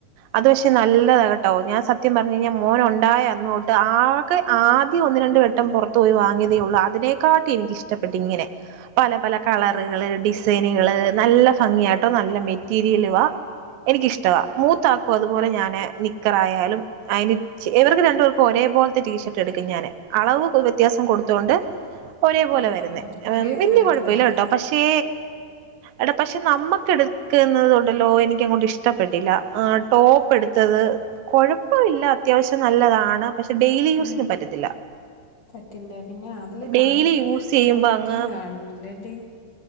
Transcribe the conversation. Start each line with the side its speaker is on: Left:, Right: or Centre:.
Right: അത് പക്ഷെ നല്ലതാ കേട്ടോ ഞാൻ സത്യം പറഞ്ഞു കഴിഞ്ഞാ മോനുണ്ടായ അന്നൊട്ട് ആ ക്ക് ആദ്യം ഒന്ന് രണ്ട് വട്ടം പൊറത്തോയി വാങ്ങിയതേ ഉള്ളൂ അതിനെക്കാട്ടി എനിക്കിഷ്ടപ്പെട്ട് ഇങ്ങനെ പല പല കളറുകള്
Left: ഉം
Right: ഡിസൈനുകള് നല്ല ഫംഗിയാട്ടോ നല്ല മെറ്റീരിയലുവാ എനിക്കിഷ്ടവാ മൂത്താക്കും അതുപോലെ ഞാന് നിക്കറായാലും അതിന് ച്ച് ഇവർക്ക് രണ്ടുപേർക്കും ഒരേപോല ത്തെ ടീഷർട്ട് എടുക്കും ഞാന് അളവ് വ്യത്യാസം കൊടുത്തുകൊണ്ട് ഒരേപോലെ
Left: ആഹ്
Right: വരുന്നേ
Left: ഒരേ
Right: വല്ല്യ
Left: പോലത്തത്
Right: കൊഴപ്പല്ലട്ടോ
Left: എടുക്കും
Right: പഷേ എടാ പഷേ നമ്മുക്ക് എടുക്കുന്നതുണ്ടല്ലോ എനിക്കങ്ങോട്ട് ഇഷ്ടപ്പെട്ടില്ല ആ ടോപ്പ് എടു ത്തത് കൊഴപ്പില്ല അത്യാവശ്യം നല്ലതാണ് പക്ഷെ ഡെയിലി യൂസിന്
Left: ഉം
Right: പറ്റത്തില്ല
Left: പറ്റില്ല പിന്നെ അതില്
Right: ഡെയിലി
Left: കാണിക്കുന്ന
Right: യൂസ്
Left: ഒരു
Right: ചെയ്യുമ്പോ
Left: ക്വാളിറ്റിയും
Right: അങ്ങ്
Left: കാണുന്നില്ല അല്ലേ